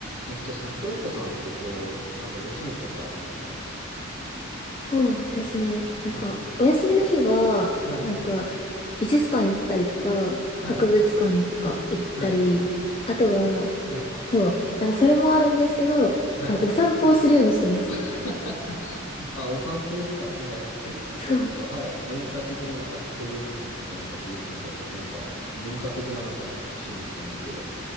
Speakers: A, on the left (about 70°); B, on the left (about 25°).
A: えっと、桜子さんってこう、なんかご趣味とかあるんですか
B: そうですね。なんか、
A: はい。
B: お休みの日は、
A: はい。
B: なんか、美術館行ったりとか、
A: はい。
B: 博物館とか行ったり、
A: はい。
B: あとは、
A: はい。
B: そう、なんかそれもあるんですけど、
A: はい。
B: あの、お散歩をするようにしてます。
A: <laughs> あ、お散歩ですかなんか結構なんか、
B: そう、
A: はい。文化的ななんか博物館とかなんか美術館とか結構なんか文化的ななんか趣味してますけど。